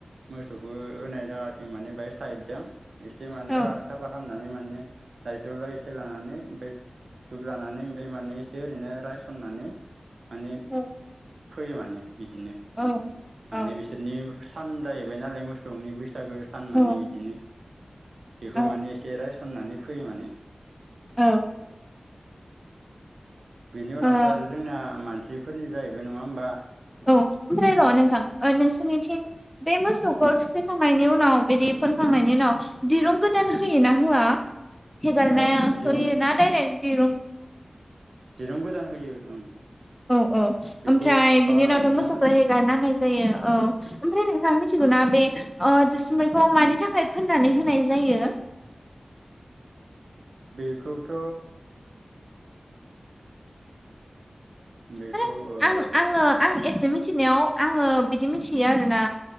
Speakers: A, on the right (about 80°); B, in the centre.
A: मोसौखौ होनाय जागाथिं माने बे साइदजों एसे माने
B: औ
A: जा साफा खालामनानै माने लाइज्रलाय एसे लानानै ओमफ्राय धुब लानानै ओमफ्राय माने एसे ओरैनो रायसननानै माने
B: औ
A: फैयो माने बिदिनो
B: औ
A: माने
B: औ
A: बिसोरनि सान जाहैबाय नालाय मोसौनि बैसागो सान माने
B: औ
A: बिदिनो बेखौ
B: औ
A: माने एसे रायसननानै फैयो माने
B: औ
A: बिनि उनावथ
B: औ
A: आरो जोंना मानसिफोरनि जाहैबाय नङा होमबा
B: औ ओमफ्राय र नोंथां नोंसोरनिथिं बे मोसौखौ थुखैखांनायनि उनाव बिदि फोनखांनायनि उनाव दिरुं गोदान होयोना होआ हेगारनाया
A: अ दिरुं
B: होयोना डायरेक दिरुं
A: दिरुं गोदान होयो ओं
B: औ औ
A: बेखौ
B: ओमफ्राय बिनि
A: बावलांदोंमोन
B: उनावथ मोसौखौ
A: आङो
B: हेगारना होनाय जायो औ ओमफ्राय न थां मोनथिगौ
A: औ
B: ना बे दुसुमैखौ मानि थाखाय फोननानै होनाय जायो।
A: बेखौथ बेखौ
B: माने
A: ओ
B: आं आङो आं एसे एसे मिथिनायाव आङो बिदि मिथियो आरो ना